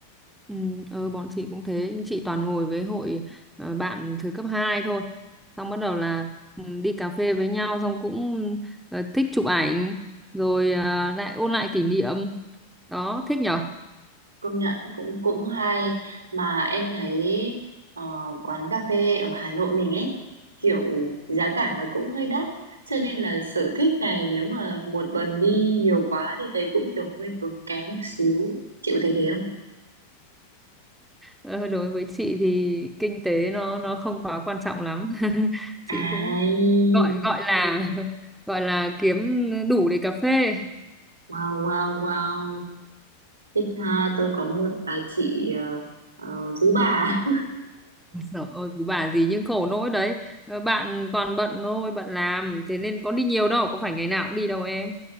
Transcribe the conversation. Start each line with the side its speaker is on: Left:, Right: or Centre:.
Centre: Ừ, ờ bọn chị cũng thế nhưng chị toàn ngồi với hội ờ, bạn thời cấp 2 thôi xong bắt đầu là ừ, đi cà phê với nhau xong cũng ờ, thích chụp ảnh rồi ờ, lại ôn lại kỷ niệm đó thích nhở
Right: công nhận cũng cũng hay mà em thấy ờ, quán cà phê ở Hà Nội mình ấy kiểu giá cả nó cũng hơi đắt cho nên là sở thích này nếu mà một tuần đi nhiều quá thì thấy cũng kiểu hơi tốn kém một xíu chịu thấy thế không
Centre: Ờ, đối với chị thì kinh tế nó nó không quá quan trọng lắm <laughs>
Right: ai
Centre: chị cũng gọi gọi là <laughs> gọi là kiếm đủ để cà phê
Right: wow wow wow thích ha tôi có một bà chị ờ, ờ, phú bà
Centre: <laughs> Trời ơi cứ bà gì nhưng khổ nỗi đấy Ờ, bạn toàn bận thôi bận làm thế nên có đi nhiều đâu có phải ngày nào cũng đi đâu em